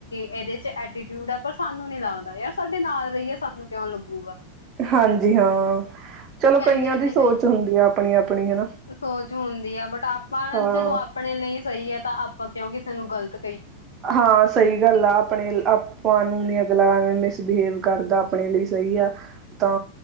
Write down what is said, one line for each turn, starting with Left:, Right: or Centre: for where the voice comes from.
Left: ਇਹਦੇ ਚ ਐਟੀਟਿਊਡ ਆ। ਪਰ ਸਾਨੂੰ ਨੀ ਲੱਗਦਾ ਯਾਰ ਸਾਡੇ ਨਾਲ ਰਹੀਏ ਸਾਨੂੰ ਕਿਉਂ ਲੱਗੂ। ਆ।
Right: ਹਾਂਜੀ ਹਾਂ। ਚਲੋ
Left: ਕਹਿੰਦੀਆਂ
Right: ਕਈਆਂ ਦੀ
Left: ਨੇ
Right: ਸੋਚ
Left: ਕਈ
Right: ਹੁੰਦੀ ਆ ਆਪਣੀ ਆਪਣੀ ਹਨਾ
Left: ਸੋਚ ਹੁੰਦੀ ਆ ਬਟ ਆਪਾਂ
Right: ਹਾਂ।
Left: ਜਦੋਂ ਆਪਣੇ ਲਈ ਸਹੀ ਹੈ ਤਾਂ ਆਪ। ਕਯੋਂ ਕਿਸਨੂੰ ਗਲਤ।
Right: ਹਾਂ ਸਹੀ ਗੱਲ ਆ ਆਪਣੇ ਆਪਾ ਨੂੰ ਨੀ। ਅਗਲਾ ਐਵੇਂ ਮਿਸਬਿਹੇਵ ਕਰਦਾ ਆਪਣੇ ਲਈ ਸਹੀ ਆ ਤਾਂ